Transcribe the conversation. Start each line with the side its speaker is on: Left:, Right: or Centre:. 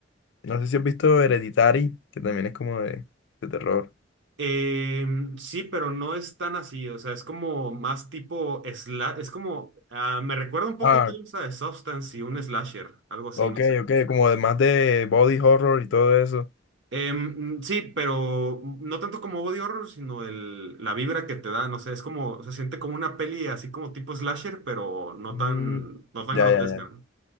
Left: no sé si has visto Hereditary, que también es como de de terror.
Right: Eh, sí, pero no es tan así, o sea, es como más tipo sla- es como, ah, me recuerda un poco
Left: ah
Right: tal vez a The Substance y un slasher, algo así,
Left: Ok,
Right: no sé.
Left: ok, como además de body horror y todo eso.
Right: Em, mm, sí, pero no tanto como body horror, sino el, la vibra que te da, no sé, es como, se siente como una peli así como tipo slasher, pero no
Left: Mm,
Right: tan, no tan
Left: ya,
Right: grotesca,
Left: ya, ya.
Right: ¿no?